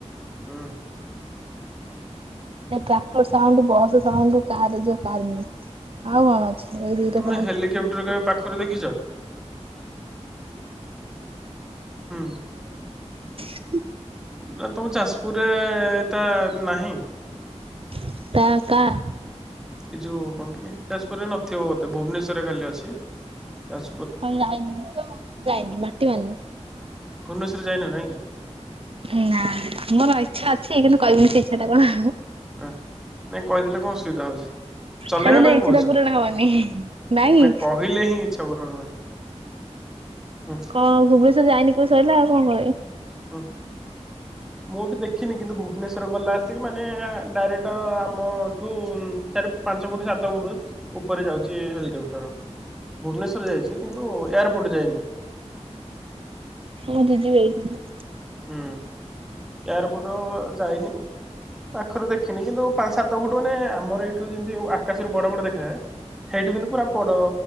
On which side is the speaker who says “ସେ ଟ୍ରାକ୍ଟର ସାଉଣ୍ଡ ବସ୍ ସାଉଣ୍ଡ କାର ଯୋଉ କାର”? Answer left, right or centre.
Right